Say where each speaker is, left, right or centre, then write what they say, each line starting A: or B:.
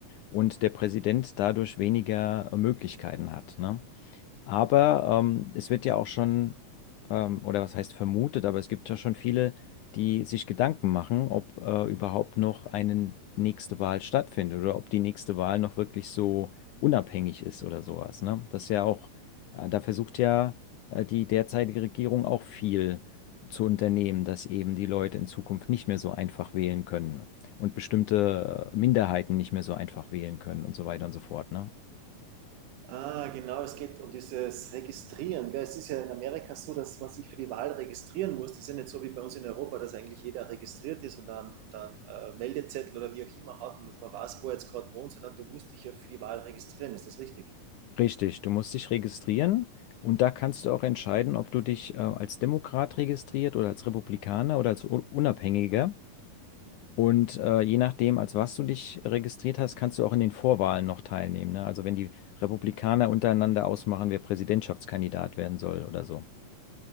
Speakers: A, on the left; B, on the right.
A: und der Präsident dadurch weniger äh, Möglichkeiten hat, ne? Aber ähm, es wird ja auch schon, ähm, oder was heißt vermutet, aber es gibt ja schon viele, die sich Gedanken machen, ob äh, überhaupt noch eine nächste Wahl stattfindet oder ob die nächste Wahl noch wirklich so unabhängig ist oder sowas. Ne? Das ist ja auch, äh, da versucht ja äh, die derzeitige Regierung auch viel zu unternehmen, dass eben die Leute in Zukunft nicht mehr so einfach wählen können und bestimmte äh, Minderheiten nicht mehr so einfach wählen können und so weiter und so fort. Ne?
B: Ah, genau, es geht um dieses Registrieren. Gell? Es ist ja in Amerika so, dass man sich für die Wahl registrieren muss. Das ist ja nicht so wie bei uns in Europa, dass eigentlich jeder registriert ist und dann, und dann äh, Meldezettel oder wie auch immer hat und dass man weiß, wo er jetzt gerade wohnt, sondern du musst dich ja für die Wahl registrieren. Ist das richtig?
A: Richtig, du musst dich registrieren und da kannst du auch entscheiden, ob du dich äh, als Demokrat registriert oder als Republikaner oder als U- Unabhängiger. Und äh, je nachdem, als was du dich registriert hast, kannst du auch in den Vorwahlen noch teilnehmen. Ne? Also wenn die Republikaner untereinander ausmachen, wer Präsidentschaftskandidat werden soll oder so.